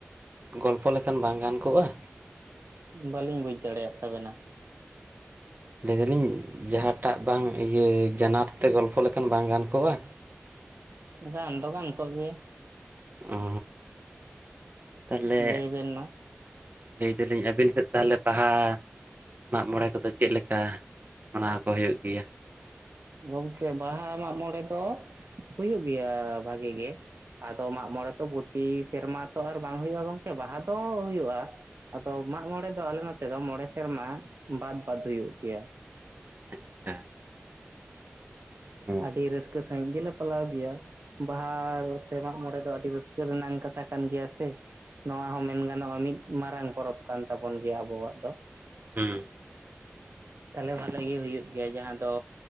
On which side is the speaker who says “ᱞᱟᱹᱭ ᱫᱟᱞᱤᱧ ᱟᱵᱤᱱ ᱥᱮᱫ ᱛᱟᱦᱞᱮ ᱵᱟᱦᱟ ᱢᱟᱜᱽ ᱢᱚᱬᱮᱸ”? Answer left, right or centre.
Right